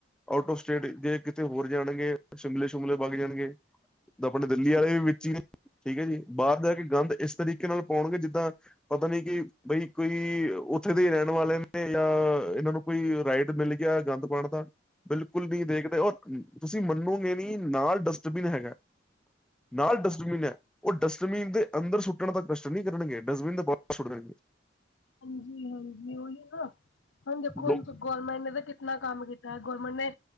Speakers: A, in the centre; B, on the left.
A: ਆਊਟ ਆਫ ਸਟੇਟ, ਜੇ ਕਿਤੇ ਹੋਰ ਜਾਣਗੇ, ਸ਼ਿਮਲੇ-ਸੂਮਲੇ ਵਗ ਜਾਣਗੇ ਤੇ ਆਪਣੇ ਦਿੱਲੀ ਵਾਲੇ ਵੀ ਵਿੱਚ ਹੀ ਨੇ, ਠੀਕ ਐ ਜੀ ਬਾਹਰ ਜਾ ਕੇ ਗੰਧ ਇਸ ਇਸ ਤਰੀਕੇ ਨਾਲ ਪਾਉਣਗੇ ਜਿੱਦਾਂ, ਪਤਾ ਨੀ ਕਿ ਬਈ ਕੋਈ ਉੱਥੇ ਦੇ ਹੀ ਰਹਿਣ ਵਾਲੇ ਨੇ, ਜਾਂ ਇਹਨਾਂ ਨੂੰ ਕੋਈ ਰਾਈਟ ਮਿਲ ਗਿਆ, ਗੰਦ ਪਾਣ ਦਾ ਬਿਲਕੁਲ ਨੀ ਦੇਖਦੇ ਔ ਤੁਸੀਂ ਮੰਨੋਗੇ ਨੀ ਨਾਲ ਡਸਟਬਿਨ ਹੈਗਾ। ਨਾਲ ਡਸਟਬਿਨ ਐ। ਓ ਡਸਟਬਿਨ ਦੇ ਅੰਦਰ ਸੁੱਟਣ ਦਾ ਕਸ਼ਟ ਨੀ ਕਰਨਗੇ ਡਸਟਬਿਨ ਦੇ ਬਾਰ ਸੁੱਟ ਦੇਣਗੇ।
B: ਹਾਂਜੀ-ਹਾਂਜੀ ਓਹੀ ਨਾ, ਹੁਣ ਦੇਖੋ ਹੁਣ
A: ਲੋਕ
B: ਗੌਰਮੈਂਟ ਨੇ ਤਾਂ ਕਿਤਨਾ ਕੰਮ ਕੀਤੈ ਗੌਰਮੈਂਟ ਨੇ